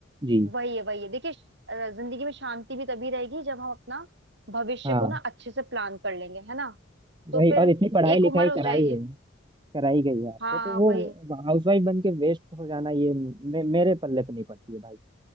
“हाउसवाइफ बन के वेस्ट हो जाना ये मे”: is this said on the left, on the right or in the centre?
Right